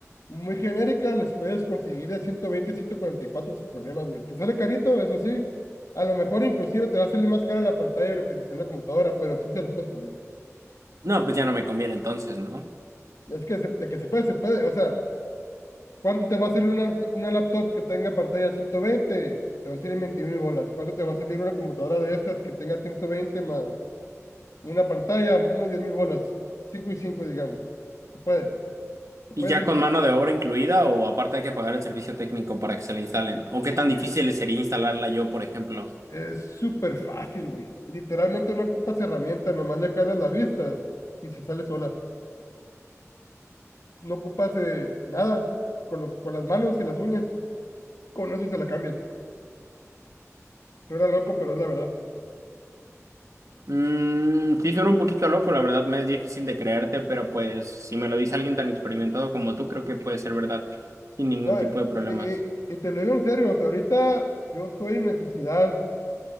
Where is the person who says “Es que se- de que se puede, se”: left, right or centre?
Left